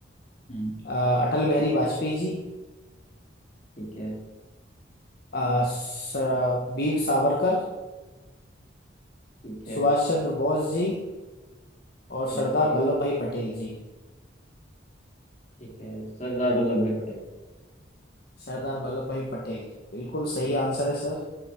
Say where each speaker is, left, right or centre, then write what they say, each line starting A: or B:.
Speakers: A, on the left (about 35°); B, on the left (about 55°).
A: हम्म
B: अ, अटल बिहारी वाजपेयी जी
A: ठीक है
B: अ, स- वीर सावरकर
A: ठीक है
B: सुभाष चंद्र बोस जी और सरदार
A: ओके
B: वल्लभ भाई पटेल जी
A: ठीक है सरदार वल्लभ भाई पटेल
B: सरदार वल्लभ भाई पटेल बिल्कुल सही
A: जी
B: आंसर है सर